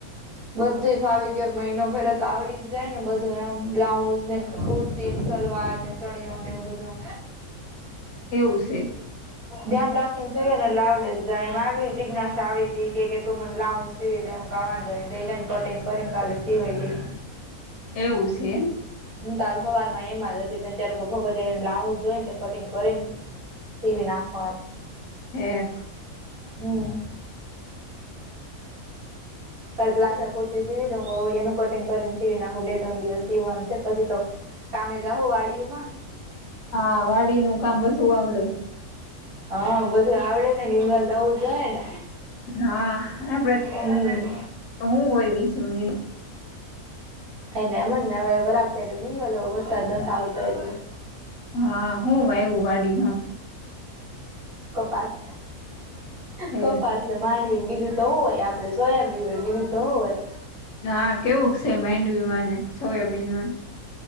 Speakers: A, on the right; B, on the left.
A: બધું ફાવી ગય મહિનો ફેર તો આવડી જ જાય ને બધું એમ બ્લાઉઝ ને. કુર્તી ને સલવાર ને ચણઓ ને એવું બધું.
B: એવું છે.
A: ધ્યાન રાખીને સ ને લાવડીે જાય માગડી જીજ્ઞાસા આવી હતી કે તું મને બ્લાઉઝ સીવીકવા. દઈ જાય કટિંગ કરી કાલે સી હોઈ દઈ.
B: એવું છે.
A: હું ત આજ હવારમાં એમાંજ હતી ત ત્યારે ભગવતે બ્લાઉઝ જોઈ ને કટિંગ કરીને. સીવી નાખર.
B: એક.
A: હમ. કાલે પ્લાઝા કુર્તી સીવી દઉ એનું કટિંગ કરીને સીવી નાખું બે ત્રણ દિવસ સીવાનું છે પછી તો. કામે જાઓ વાડીઓ માં.
B: હા વાડી નું કામ બધું આવડે.
A: હા બધું આવડે ને નિંદવા જવું જોએ ને.
B: નાા આપડે
A: હમ
B: હું કોઈ બી છું ન.
A: એ એમને બરાબ થ એટલે નિંદવા દઉ વરસાદ ન થ આવતો એટલે.
B: હા હું વાયું વાડીમાં.
A: કપાસ
B: એ
A: કપાસ. એલે માંડવીને બીજું તો શું હોય આપડે સોયાબીન હોય બીજું તો શું હોય.
B: હા કેવું છે મેડવી્ય ને સોયાબીન માં.